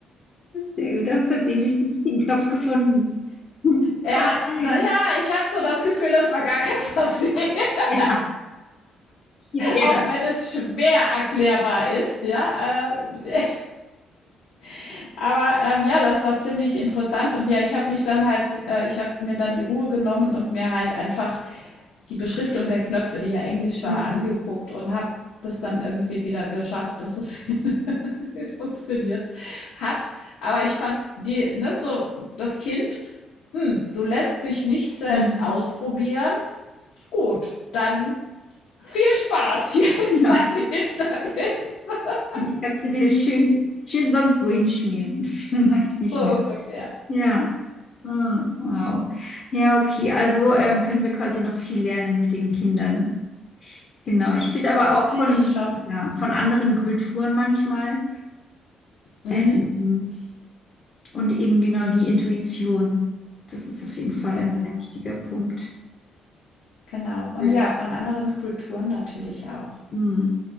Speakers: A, on the left; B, on the left.
A: Sehr gut, da versehentlich den richtigen Knopf gefunden. Super,
B: Er hat,
A: nein.
B: na ja, ich habe so das Gefühl, das war gar kein Versehen, <laughs>
A: Ja, geht jeder.
B: auch wenn es schwer erklärbar ist, ja. Äh, <laughs> aber ähm, ja, das war ziemlich interessant. Und ja, ich habe mich dann halt, äh, ich habe mir dann die Ruhe genommen und mir halt einfach die Beschriftung der Knöpfe, die ja Englisch war,
A: Mhm.
B: angeguckt und habe das dann irgendwie wieder geschafft, dass es <laughs> funktioniert hat. Aber ich fand die, ne, so das Kind, hm, du lässt mich nicht selbst
A: Mhm.
B: ausprobieren. Gut, dann viel Spaß, <laughs> hier ist
A: Genau.
B: dein Hindernis. <laughs>
A: Ich kann es dir schön, schön sonst wohin schmieren. <laughs> Mache ich nicht
B: So
A: mit.
B: ungefähr.
A: Ja. Ah, wow. Ja, okay. Also ähm, können wir quasi noch viel lernen mit den Kindern. Ich, genau. Ich finde aber
B: Das
A: auch
B: finde
A: von,
B: ich schon.
A: ja, von anderen Kulturen manchmal.
B: Mhm,
A: Ähm, Und eben genau die Intuition. Das ist auf jeden Fall
B: genau,
A: ein sehr wichtiger Punkt.
B: genau. Und
A: Schön.
B: ja, von anderen Kulturen natürlich auch.
A: Hm.